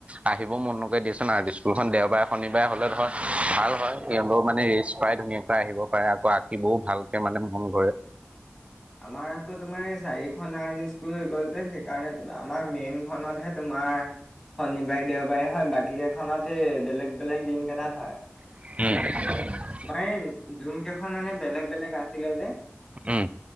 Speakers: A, on the right; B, on the left.
A: আহিবও মন নকৰে দিয়াচোন আৰু স্কুলখন দেওবাৰে শনিবাৰে হ'লে ধৰক ভাল হয় এলও মানে ৰেষ্ট পাই ধুনীয়াকৈ আহিব পাৰে আকৌ আগ শিকিবও ভালকৈ মানে মন কৰে
B: আমাৰ আকৌ তোমাৰ এই চাৰিখন স্কুল হৈ গল যে সেইকাৰণেম আমাৰ মেইনখনতহে তোমাৰ শনিবাৰে দেওবাৰে হয় বাকী কেইখনত এই বেলেগ বেলেগ দিন কেইটাত হয়।
A: উম।
B: মানে যোন কেইখন মানে বেলেগ, বেলেগ আছিলে যে
A: উম।